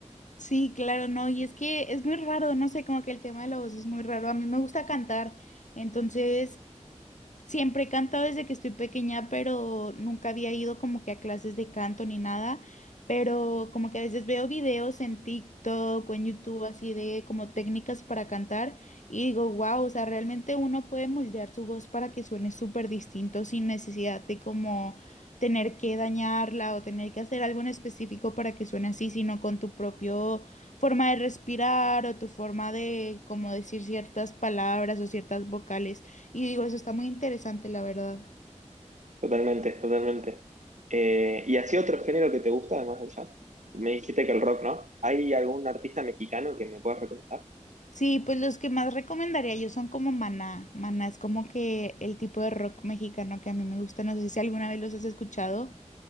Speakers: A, on the left; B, on the right.
A: Sí, claro, no, y es que es muy raro, no sé, como que el tema de la voz es muy raro. A mí me gusta cantar, entonces Siempre he cantado desde que estoy pequeña, pero nunca había ido como que a clases de canto ni nada. Pero como que a veces veo videos en TikTok o en YouTube así de como técnicas para cantar y digo, wow, o sea, realmente uno puede moldear su voz para que suene súper distinto sin necesidad de como tener que dañarla o tener que hacer algo en específico para que suene así, sino con tu propio forma de respirar o tu forma de como decir ciertas palabras o ciertas vocales. Y digo, eso está muy interesante, la verdad.
B: Totalmente, totalmente. Eh, ¿y así otro género que te gusta además del jazz? Me dijiste que el rock, ¿no? ¿Hay algún artista mexicano que me puedas recomendar?
A: Sí, pues los que más recomendaría yo son como Maná. Maná es como que el tipo de rock mexicano que a mí me gusta. No sé si alguna vez los has escuchado,